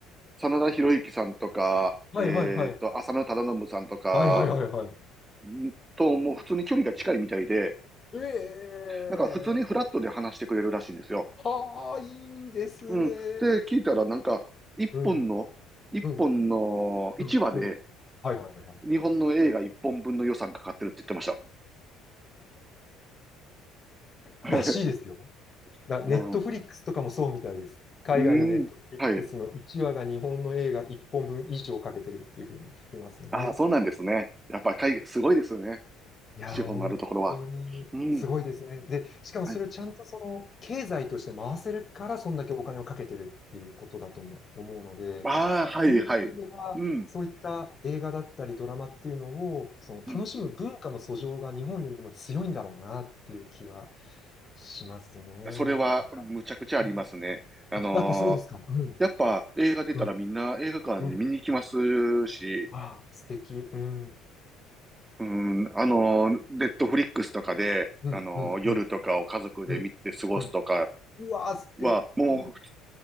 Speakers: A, on the right; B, on the left.
A: 真田広之さんとか、
B: はいはいはい。
A: えーっと、浅野忠信さんとか、
B: はいはいはいはい。
A: んと、もう普通に距離が近いみたいで、
B: え
A: なんか普通にフラットで話してくれるらしいんですよ。
B: えはあ、いいですね。
A: うん。で、聞いたら、なんか、一本の、
B: うん、
A: 一本の、
B: うん、
A: 一話で、
B: うん、うん。はいはいはい。
A: 日本の映画一本分の予算かかってるって言ってました。<laughs>
B: らしいですよ。だ、ネットフリックスとかもそうみたいです。
A: は
B: 海外のネットフリックスの1話が日本の映画1本分以上かけてるっていうふうに聞きますね。
A: いうん。うーん。はい。ああ、
B: ね
A: そうなんですね。やっぱ海外、すごいですよね。
B: いや、
A: 資本のあるところは。
B: 本当にすごいですね。
A: うん。
B: で、しかもそれをちゃんとその経済として回せるから、
A: はい。
B: そんだけお金をかけてるっていうことだとも思うので、
A: ああ、はい、
B: そういう意味ではそういった映画だったりドラマっていうのを、
A: はい。うん。
B: その楽しむ文化の素性が日本よりも強いんだろうなっていう気は
A: うん。
B: しますね。
A: それは、
B: なんか、
A: むちゃくちゃありますね。
B: うん
A: あのーやっぱ映画出たらみんな映画館に見に行きます
B: あ、やっぱそうですか。うん。うん、うん。
A: し、
B: わあ、素敵。うん、
A: うん、あのーネットフリックスとかで、
B: うん、
A: あのー夜とかを家族で見て過ごすとか
B: うん、うん、うん。うんうわあ、素敵。
A: は、もう普
B: う